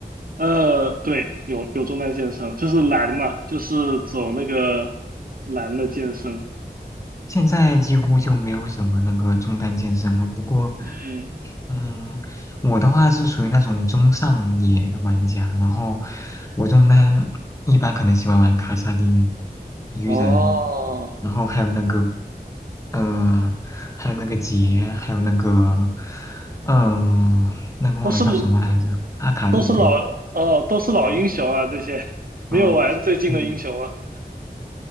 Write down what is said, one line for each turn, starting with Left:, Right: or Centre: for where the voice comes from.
Right: 呃，对，有有中单剑圣，就是蓝嘛，就是走那个蓝的剑圣。
Left: 现在几乎就没有什么那个中单剑圣了。不过，
Right: 嗯，
Left: 嗯，我的话是属于那种中上野玩家，然后我中单一般可能喜欢玩卡萨丁、鱼人，
Right: 哦，
Left: 然后还有那个，呃，还有那个杰，还有那个，嗯、那个忘了叫什么来着，
Right: 都是
Left: 阿卡丽，
Right: 都是老哦，
Left: 对，
Right: 都是老英雄啊，
Left: 嗯、
Right: 这些 <laughs> 没有玩最近的英雄啊。
Left: 啊嗯，